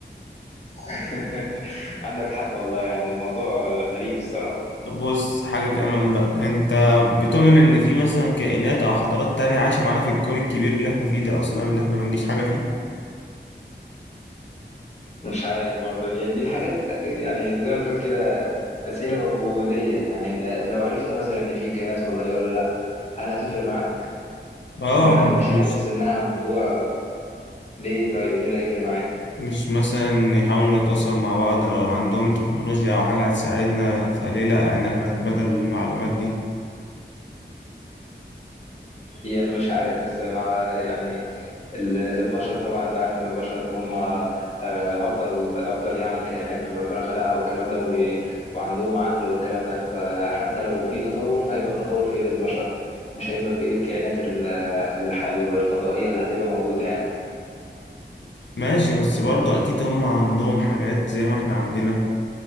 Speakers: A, on the left; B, on the left.
A: <laughs> عندك حق والله يعني الموضوع آه، غريب الصراحه
B: طب بص حاجة كمان بقى انت بتؤمن ان في مثلا كائنات او حضارات تانية عايشة معانا في الكون الكبير اللي احنا فيه ده اصلا اللي احنا ما نجيش حاجة فيه
A: مش عارف برضه يعني دي حاجات يعني زي ما تقول كده أسئلة وجودية يعني أنت لو عرفت مثلا إن في كائنات فضائية ولا لأ هل هتفرق معاك؟
B: اه
A: ما
B: انت
A: مش
B: مش
A: حاسس إنها موضوع ليه طيب إيه اللي هيفرق معاك؟
B: مش مثلا نحاول نتواصل مع بعض لو عندهم تكنولوجيا او حاجة هتساعدنا فليه لا ان احنا نتبادل المعلومات دي
A: هي مش عارف بس مع يعني ال- البشر طبعا انت عارف ان البشر هم آه، افضل افضل يعني الكائنات اللي ربنا خلقها والكلام ده وبي وعندهم عقل والكلام ده فحتى لو في تطور فهيبقى التطور في ايد البشر مش هيبقى في ايد الكائنات ال- الح- الفضائية اللي هتبقى موجودة يعني
B: ماشي بس برضو اكيد هم عندهم حاجات زي ما احنا عندنا